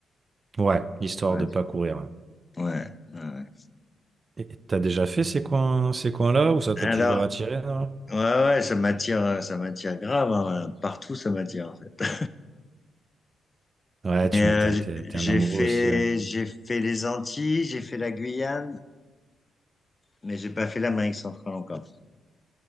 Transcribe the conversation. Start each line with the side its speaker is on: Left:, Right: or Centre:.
Right: Ouais, histoire
Left: Ouais,
Right: de pas courir. hein.
Left: ouais, ouais. ouais.
Right: Et T'as déjà fait ces coins, ces coins-là ou ça t'a
Left: Alors,
Right: toujours attiré, non?
Left: ouais, ouais, ça m'attire, euh, ça m'attire grave, hein, Partout, ça m'attire, en fait.
Right: Ouais, tu
Left: Mais euh,
Right: m'étonnes,
Left: j-
Right: t'es t'es
Left: j'ai
Right: un amoureux
Left: fait,
Right: aussi, ouais.
Left: j'ai fait les Antilles, j'ai fait la Guyane, mais j'ai pas fait l'Amérique centrale encore.